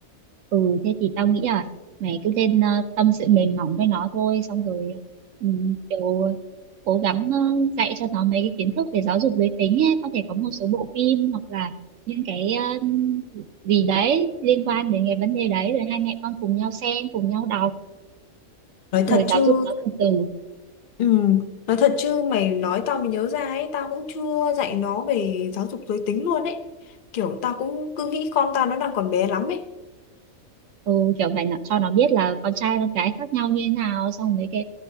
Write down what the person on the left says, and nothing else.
Nói
thật chứ
ừ, nói thật chứ mày nói tao mới nhớ ra ấy, tao cũng chưa dạy nó về giáo dục giới tính luôn ấy. Kiểu tao cũng cứ nghĩ con tao nó đang còn bé lắm ấy.